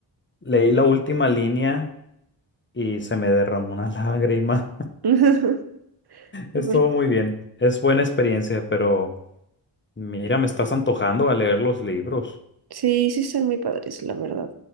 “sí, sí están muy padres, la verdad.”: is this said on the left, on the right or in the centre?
Right